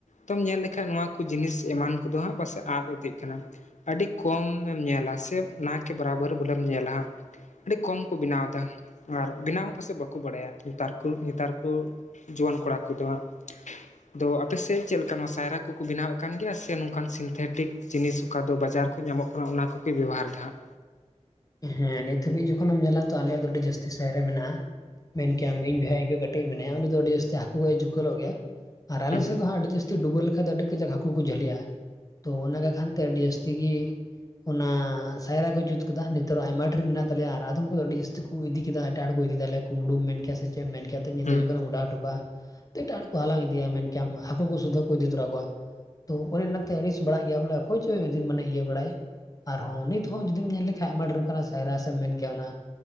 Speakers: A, on the left; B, on the left.
A: ᱛᱚᱢ ᱧᱮᱞ ᱞᱮᱠᱷᱟᱡ ᱱᱚᱣᱟ ᱠᱚ ᱡᱤᱱᱤᱥ ᱮᱢᱟᱱ ᱠᱚᱫᱚ ᱦᱟᱸᱜ ᱯᱟᱥᱮᱡ ᱟᱸᱫ ᱤᱫᱤᱜ ᱠᱟᱱᱟ ᱟᱹᱰᱤ ᱠᱚᱢ ᱮᱢ ᱧᱮᱞᱟ ᱥᱮ ᱱᱟ ᱠᱮ ᱵᱟᱨᱟᱵᱚᱨ ᱵᱚᱞᱮᱢ ᱧᱮᱞ-ᱟ᱾ ᱟᱹᱰᱤ ᱠᱚᱢ ᱠᱚ ᱵᱮᱱᱟᱣ ᱮᱫᱟ ᱟᱨ ᱵᱮᱱᱟᱣ ᱯᱟᱥᱮᱡ ᱵᱟᱠᱚ ᱵᱟᱲᱟᱭᱟ ᱱᱮᱛᱟᱨ ᱠᱩ ᱱᱮᱛᱟᱨ ᱠᱚ ᱡᱩᱣᱟᱹᱱ ᱠᱚᱲᱟ ᱠᱚᱫᱚ ᱦᱟᱸᱜ, ᱟᱫᱚ ᱟᱯᱮᱥᱮᱫ ᱪᱮᱫ ᱞᱮᱠᱟ ᱱᱚᱣᱟ ᱥᱟᱭᱨᱟ ᱠᱚᱠᱚ ᱵᱮᱱᱟᱣ ᱮᱫ ᱠᱟᱱ ᱜᱮᱭᱟ ᱥᱮ ᱱᱚᱝᱠᱟᱱ ᱥᱤᱱᱛᱷᱮᱴᱤᱠ ᱡᱤᱱᱤᱥ ᱚᱠᱟ ᱫᱚ ᱵᱟᱡᱟᱨ ᱠᱷᱚᱡ ᱧᱟᱢᱚᱜ ᱠᱟᱱᱟ ᱚᱱᱟ ᱠᱚᱯᱮ ᱵᱮᱣᱦᱟᱨ ᱫᱟ ᱦᱟᱸᱜ
B: ᱦᱮᱸ ᱱᱤᱛ ᱦᱟᱹᱵᱤᱡ ᱡᱚᱠᱷᱚᱱ ᱮᱢ ᱧᱮᱞᱟ ᱛᱚ ᱟᱞᱮᱭᱟᱜ ᱫᱚ ᱟᱹᱰᱤ ᱡᱟᱹᱥᱛᱤ ᱥᱟᱭᱨᱟ ᱢᱮᱱᱟᱜᱼᱟ ᱢᱮᱱ ᱠᱮᱭᱟᱢ ᱤᱧ ᱵᱷᱟᱭ <unintelligible> ᱠᱟᱹᱴᱤᱡ ᱢᱮᱱᱟᱭᱟ ᱩᱱᱤ ᱫᱚ ᱟᱹᱰᱤ ᱡᱟᱹᱥᱛᱤ ᱦᱟᱹᱠᱩ ᱜᱚᱡ ᱮ ᱡᱩᱠᱟᱹᱞᱚᱜ ᱜᱮᱭᱟ ᱟᱨ ᱟᱞᱮ
A: ᱦᱩᱸ
B: ᱥᱮᱫ ᱫᱚ ᱦᱟᱸᱜ ᱟᱹᱰᱤ ᱡᱟᱹᱥᱛᱤ ᱰᱩᱵᱟᱹ ᱞᱮᱠᱷᱟ ᱫᱚ ᱟᱹᱰᱤ ᱠᱟᱡᱟᱠ ᱦᱟᱹᱠᱩ ᱠᱚ ᱡᱷᱟᱹᱞᱤᱜᱼᱟ, ᱛᱚ ᱚᱱᱟ ᱜᱮ ᱠᱷᱟᱱ ᱛᱮ ᱟᱹᱰᱤ ᱡᱟᱹᱥᱛᱤ ᱛᱮᱜᱮ ᱚᱱᱟ ᱥᱟᱭᱨᱟ ᱠᱚ ᱡᱩᱛ ᱠᱟᱫᱟ ᱱᱤᱛᱟᱨ ᱟᱭᱢᱟ ᱰᱷᱮᱨ ᱢᱮᱱᱟᱜ ᱛᱟᱞᱮᱭᱟ ᱟᱨ ᱟᱫᱚᱢ ᱠᱩᱫᱚ ᱟᱹᱰᱤ ᱡᱟᱹᱥᱛᱤ ᱠᱚ ᱠᱚ ᱤᱫᱤ ᱠᱮᱫᱟ ᱮᱴᱟᱜ ᱦᱚᱲ ᱠᱚ ᱤᱫᱤ ᱛᱟᱞᱮᱭᱟ ᱠᱩᱢᱲᱩᱢ ᱢᱮᱱ ᱠᱮᱭᱟ ᱥᱮ ᱪᱮᱫ ᱮᱢ ᱢᱮᱱ ᱠᱮᱭᱟ ᱛᱚ ᱧᱤᱫᱟᱹ
A: ᱦᱩᱸ
B: ᱡᱚᱠᱷᱚᱱ ᱮᱢ ᱚᱰᱟᱣ ᱦᱚᱴᱚᱠᱟᱜᱼᱟ ᱛᱚ ᱮᱴᱟᱜ ᱠᱚ ᱦᱟᱞᱟᱝ ᱤᱫᱤᱭᱟ ᱢᱮᱱᱠᱮᱭᱟᱢ ᱦᱟᱹᱠᱩ ᱠᱚ ᱥᱩᱫᱷᱟ ᱠᱚ ᱤᱫᱤ ᱛᱚᱨᱟ ᱠᱚᱣᱟ, ᱛᱚ, ᱚᱱᱮ ᱚᱱᱟᱛᱮ ᱟᱹᱲᱤᱥ ᱵᱟᱲᱟᱜ ᱜᱮᱭᱟ ᱵᱚᱞᱮ ᱚᱠᱚᱭ ᱪᱚᱭ ᱡᱮ ᱢᱟᱱᱮ ᱤᱭᱟᱹ ᱵᱟᱲᱟᱭ ᱟᱨᱦᱚᱸ ᱱᱤᱛ ᱦᱚᱸ ᱡᱩᱫᱤᱢ ᱧᱮᱞ ᱞᱮᱠᱷᱟᱡ ᱟᱭᱢᱟ ᱰᱷᱮᱨ ᱚᱱᱠᱟᱱᱟᱜ ᱥᱟᱭᱨᱟ ᱥᱮ ᱮᱢ ᱢᱮᱱ ᱠᱮᱭᱟ ᱚᱱᱟ